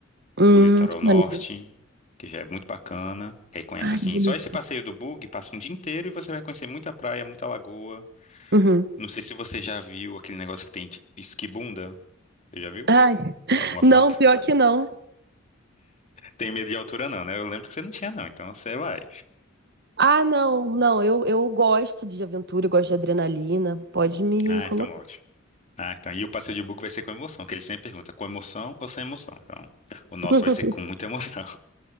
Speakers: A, on the right; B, on the left.
A: Hum,
B: do litoral
A: que maneiro.
B: norte, que já é muito bacana. Que aí conhece
A: Ai,
B: assim,
A: que delícia.
B: só esse passeio do bug passa um dia inteiro e você vai conhecer muita praia, muita lagoa.
A: Uhum.
B: Não sei se você já viu aquele negócio que tem de esquibunda. Você já viu?
A: Ai,
B: Alguma
A: não,
B: foto?
A: pior que não.
B: Tem medo de altura, não, né? Eu lembro que você não tinha, não. Então você vai.
A: Ah, não, não, eu, eu gosto de aventura, eu gosto de adrenalina. Pode me
B: Ah,
A: colocar.
B: então ótimo. Ah, então. E o passeio de bug vai ser com emoção, que ele sempre pergunta, com emoção ou sem emoção? Então, o nosso
A: <laughs>
B: vai ser com muita emoção.